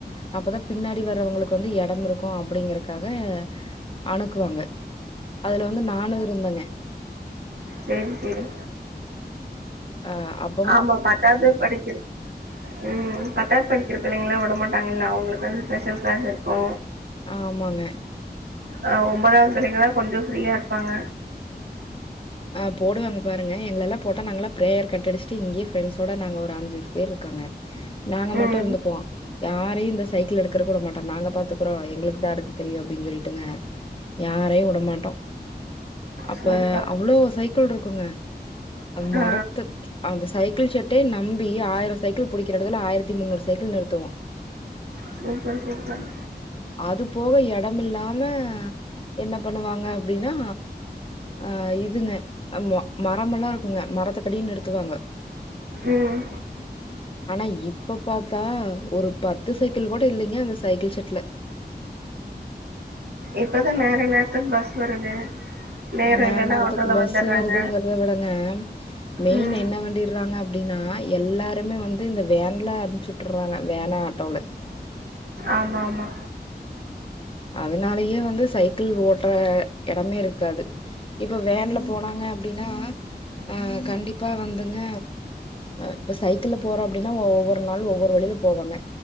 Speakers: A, on the left; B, on the right.
A: அப்பதா பின்னாடி வர்றவங்களுக்கு வந்து எடமிருக்கு அப்டிங்கறக்காக அணுக்குவாங்க அதுல வந்து நானு இருந்தங்க
B: சேரி சேரி
A: ஆ அப்
B: ஆமா பத்தாது படிக்கி ம் பத்தாத் படிக்கிற பிள்ளைங்கள வர மாட்டாங்கல்ல அவுங்களுக்கு வந்து ஸ்பெஷல் கிளாஸ் இருக்கு
A: ஆமாங்க
B: அ ஒம்பதாது பசங்கல்ல கொஞ்ச ஃப்ரீயா இருப்பாங்க
A: ஆ போடுவங்க பாருங்க எங்கள எல்லா போட்டா நாங்கல்லா பிரேயர் கட்டடிச்சிட்டு இங்கேயே ஃப்ரெண்ட்ஸோட நாங்க ஒரு அஞ்சு பேர்ருக்கோ ங்க நாங்க மட்டு
B: ம்
A: இருந்துப்போ யாரையு இந்த சைக்கிள எடுக்கற விட மாட்டோ நாங்க பாத்துக்குறோ எங்ளுக்கு தா அடுக்க தெரியு அப்டின் சொல்லிட்டுங்க யாரையு உடமாட்டோ அப்ப
B: சூப்பர்
A: அவ்ளோ சைக்கிள்ருக்குங்க மரத்து
B: ஆ
A: அந்த சைக்கிள் ஷெட்டே நம்பி ஆயிரோ சைக்கிள் புடிக்கிற எடத்துல ஆயிரத்தி முன்னூறு சைக் கிள் நிறுத்துவோ
B: சூப்பர் சூப்பர்
A: அது போக எடமில்லாம என்ன பண்ணுவாங்க அப்டின்னா ஆ இதுங்க ம மரமெல்லா இருக்குங்க மரத்தக்கடிய நிறுத்துவாங்க
B: ம்
A: ஆனா இப்ப பாத்தா ஒரு பத்து சைக்கிள் கூட இல்லைங்க அந்த சைக்கிள் செட்ல
B: இப்பதா நேரா நேர்த்துக்கு பஸ் வருது நேரம்
A: ஆ நேர்
B: இல்லைன்னா
A: நேரத்துக்கு
B: ஆட்டோல
A: பஸ்
B: வந்துடுறாங்க
A: வருதுங்கறத விடங்க மெயின்
B: ம்
A: என்ன பண்டிறாங்க அப்டீனா எல்லாருமே வந்து இந்த வேன்ல அனுப்சுட்றாங்க வேனு ஆட்டோல
B: ஆமாமா
A: அதனாலயே வந்து சைக்கிள் ஓட்ற எடமே இருக்காது இப்ப வேன்ல போனாங்க அப்டீனா ஆ கண்டிப்பா வந்துங்க இப்ப சைக்கிள்ல போறோ அப்டீனா ஒவ்வொரு நாள் ஒவ்வொரு வழில போவோங்க